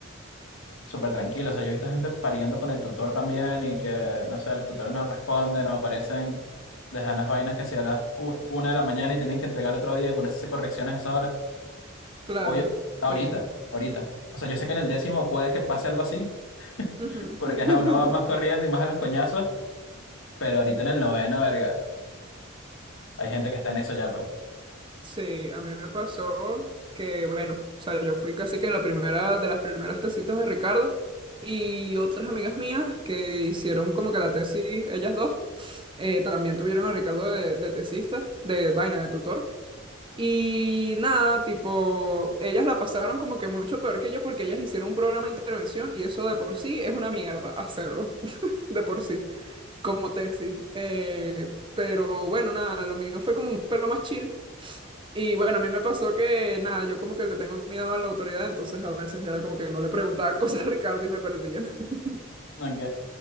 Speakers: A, on the left; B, on the right.
A: súper tranquilo. O sea, yo he visto gente pariendo con el tutor también y que, no sé, los tutores no responden, no aparecen, dejan las vainas que sea a las u- una de la mañana y tienen que entregar el otro día y ponerse a hacer correcciones a esa hora.
B: claro.
A: Oye, ahorita,
B: Sí.
A: ahorita. O sea, yo sé que en el décimo puede que pase algo así,
B: Ujú.
A: porque
B: <laughs>
A: ajá, uno va más corriendo y más a los coñazos, pero ahorita en el noveno, verga, hay gente que está en eso ya, pues.
B: Sí, a mí me pasó que, bueno, o sea, yo fui casi que la primera de las primeras tesitas de Ricardo y otras amigas mías que hicieron como que la tesis, ellas dos, eh, también tuvieron a Ricardo de, de tesista, de vaina, de tutor. Y nada, tipo, ellas la pasaron como que mucho peor que yo porque ellas hicieron un programa de intervención y eso de por sí es una mierda hacerlo, <laughs> de por sí, como tesis. Eh, pero bueno, nada, lo mío fue como un pelo más chill. Y bueno, a mí me pasó que nada, yo como que le tengo miedo a la autoridad, entonces a veces era como que no le preguntaba <laughs> cosas a Ricardo y me perdía. <laughs>
A: Ok.